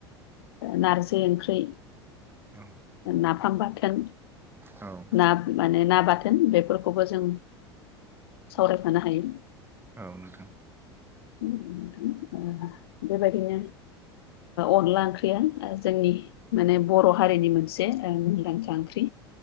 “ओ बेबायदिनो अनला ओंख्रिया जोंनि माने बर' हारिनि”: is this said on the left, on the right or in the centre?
Left